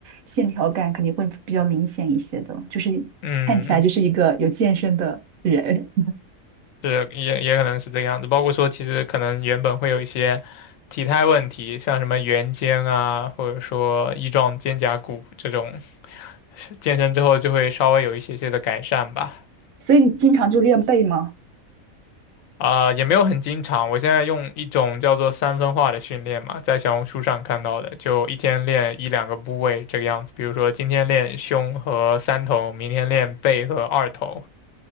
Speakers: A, on the right (about 80°); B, on the left (about 75°).
A: 线条感肯定会比较明显一些的，就是看起来就是一个有健身的人。
B: 嗯，是也也可能是这个样子，包括说其实可能原本会有一些体态问题，像什么圆肩啊，或者说翼状肩胛骨这种，健身之后就会稍微有一些些的改善吧。
A: <laughs> 所以你经常就练背吗？
B: 啊、也没有很经常。我现在用一种叫做三分化的训练嘛，在小红书上看到的，就一天练一两个部位这个样子。比如说今天练胸和三头，明天练背和二头。